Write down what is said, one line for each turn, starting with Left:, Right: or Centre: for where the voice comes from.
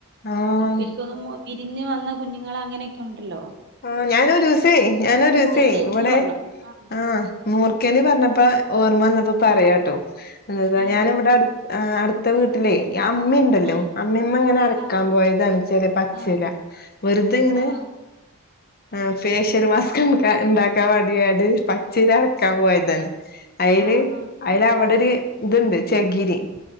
Left: ആഹ്
Right: ഇ എനിക്കൊന്നു വിരിഞ്ഞ വന്ന കുഞ്ഞുങ്ങളഅങ്ങനെയൊക്കെ ഒണ്ടല്ലോ
Left: ആ ഞാനൊരൂസേ ഞാനൊരൂസേ
Right: ചെയ്തെന്ന്
Left: ഇവിടെ
Right: പറഞ്ഞു ആ
Left: ആഹ് മൂർഖന് പറഞ്ഞപ്പോ ഓർമ്മന്നപ്പോ പറയാട്ടോ
Right: ഉം
Left: എ
Right: ഉം
Left: ഞാന ഇവിടെ അടു ത്തെ വീട്ടിലേ അമ്മിണ്ടല്ലോ
Right: ഉം
Left: അമ്മിമേ ഇങ്ങനെ അരക്കാൻ
Right: ആഹ്
Left: പോയതാണ് ചില പച്ചില
Right: ആഹ്
Left: വെറുതെങ്ങനെ
Right: ആഹ്
Left: ആ ഫേഷ്യൽ മാസ്ക് ഉണ്ടാക്കാൻ വേണ്ടിയാണ്ട് പച്ചില അരക്കാൻ പോയതണ് അയല്
Right: ആഹ് ആഹ്
Left: അയല് അവിടെ ഒരു ഇതുണ്ട് ചെഗിരി